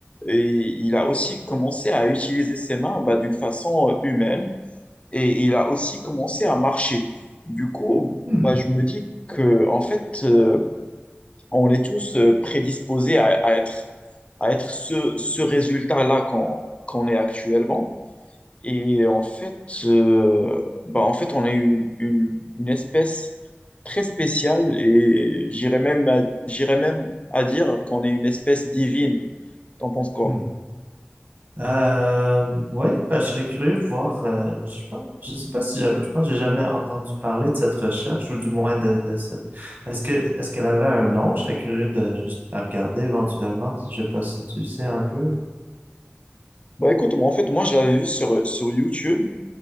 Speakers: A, on the left (about 30°); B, on the right (about 45°).
A: Et il a aussi commencé à utiliser ses mains bah, d'une façon euh, humaine. Et il a aussi commencé à marcher. Du coup,
B: Hmm,
A: bah, je me dis que, en fait, euh, on est tous euh, prédisposés à, à être, à être ce, ce résultat-là qu'on qu'on est actuellement. Et en fait, euh, bah, en fait, on est une, une, une espèce très spéciale et j'irais même à, j'irais même à dire qu'on est une espèce divine. T'en penses quoi?
B: hmm. Euh, ouais, ben, je serais curieux de voir. euh, je pense, je sais pas si j'avais, je pense que j'ai jamais entendu parler de cette recherche ou du moins de, de cette. Est-ce que, est-ce qu'elle avait un nom? Je serais curieux de juste la regarder éventuellement. Je sais pas si tu sais un peu.
A: Bah écoute, moi, en fait, moi, je l'avais vu sur, sur YouTube.